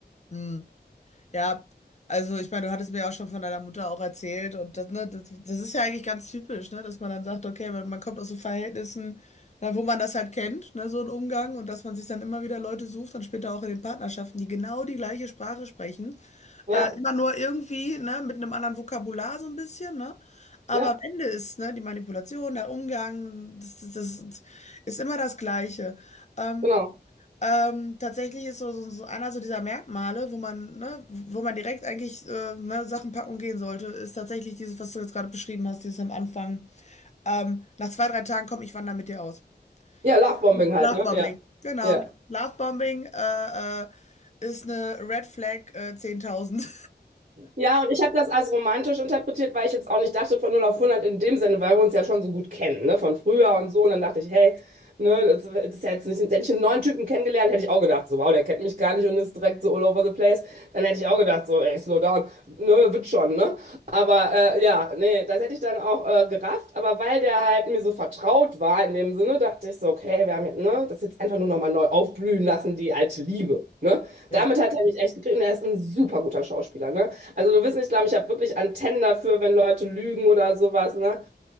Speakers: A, on the left; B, on the right.
A: Hm. Ja, also ich meine, du hattest mir ja auch schon von deiner Mutter auch erzählt und das, ne, das, das ist ja eigentlich ganz typisch, ne, dass man dann sagt, okay, man, man kommt aus so Verhältnissen, na, wo man das halt kennt, ne, so ein Umgang und dass man sich dann immer wieder Leute sucht, dann später auch in den Partnerschaften, die genau die gleiche Sprache sprechen,
B: Ja,
A: äh, immer nur irgendwie, ne, mit einem anderen Vokabular so ein bisschen, ne, aber
B: ja,
A: am Ende ist, ne, die Manipulation, der Umgang, das, das, das ist immer das Gleiche. Ähm,
B: genau.
A: ähm, tatsächlich ist so, so, so einer so dieser Merkmale, wo man, ne, wo man direkt eigentlich äh, ne, Sachen packen und gehen sollte, ist tatsächlich dieses, was du jetzt gerade beschrieben hast, dieses am Anfang. Ähm, nach zwei, drei Tagen komm, ich wandere mit dir aus.
B: Ja, Lovebombing
A: Lovebombing,
B: halt, ne? Ja,
A: genau.
B: ja.
A: Lovebombing äh, äh, ist eine Red Flag äh, 10.000.
B: Ja, und ich habe das als romantisch interpretiert, weil ich jetzt auch nicht dachte von null auf hundert in dem Sinne, weil wir uns ja schon so gut kennen, ne, von früher und so. Und dann dachte ich, hey, ne, das, das ist ja jetzt nicht, hätte ich einen neuen Typen kennengelernt, hätte ich auch gedacht, so, wow, der kennt mich gar nicht und ist direkt so all over the place. Dann hätte ich auch gedacht, so, ey, slow down, ne, wird schon, ne? Aber äh, ja, nee, das hätte ich dann auch äh, gerafft. Aber weil der halt mir so vertraut war in dem Sinne, dachte ich so, okay, wir haben jetzt, ne, das jetzt einfach nur nochmal neu aufblühen lassen, die alte Liebe, ne?
A: <laughs> Ja.
B: Damit hat er mich echt gekriegt und er ist ein super guter Schauspieler, ne? Also du wirst nicht glauben, ich habe wirklich Antennen dafür, wenn Leute lügen oder sowas, ne?